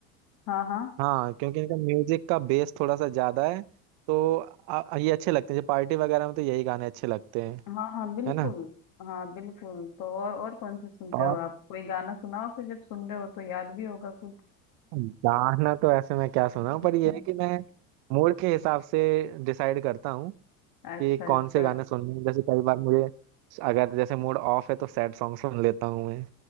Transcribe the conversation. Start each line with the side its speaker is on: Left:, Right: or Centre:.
Left: हाँ हाँ
Right: हाँ क्योंकि इनका म्यूजिक का बेस थोड़ा सा ज्यादा है तो आ, ये अच्छे लगते हैं जैसे पार्टी वगैरह में तो यही गाने अच्छे लगते हैं
Left: हाँ हाँ बिल्कुल
Right: है ना
Left: हाँ बिल्कुल तो और और कौन से सुनते
Right: और
Left: हो आप कोई गाना सुनाओ फिर जब सुन रहे हो तो याद भी होगा कुछ
Right: गाना तो ऐसे मैं क्या सुना हूँ,
Left: <laughs>
Right: पर ये है कि मैं मूड के हिसाब से डिसाइड करता हूँ
Left: अच्छा
Right: कि कौन
Left: अच्छा
Right: से गाने सुनने हैं जैसे कई बार मुझे अगर जैसे मूड ऑफ है तो सैड सॉन्ग सुन लेता हूँ मैं